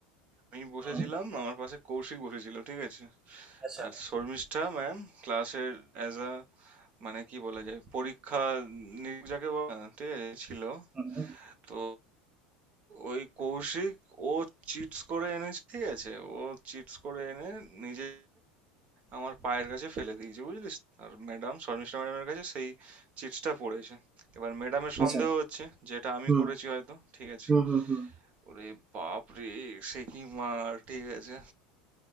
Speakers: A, on the right; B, on the right.
A: আমি বসেছিলাম
B: হুম,
A: আমার পাশে কৌশিক বসেছিল ঠিক আছে
B: আচ্ছা
A: আর শর্মিষ্ঠা ম্যাম ক্লাসের অ্যাজ আ মানে কি বলা যায় পরীক্ষা নিরীক্ষক যাকে বলে না, ঠিক আছে ছিল
B: হুম হুম
A: তো ওই কৌশিক ও চিটস করে এনেছে ঠিক আছে ও চিটস করে এনে নিজে আমার পায়ের কাছে ফেলে দিয়েছে বুঝলিস আর ম্যাডাম শর্মিষ্ঠা ম্যাডামের কাছে সেই চিটসটা পড়েছে এবার ম্যাডামের সন্দেহ
B: আচ্ছা
A: হচ্ছে যেটা আমি
B: হুম
A: করেছি হয়তো ঠিক আছে
B: হুম হুম
A: ওরে বাপ রে সে কি মার ঠিক আছে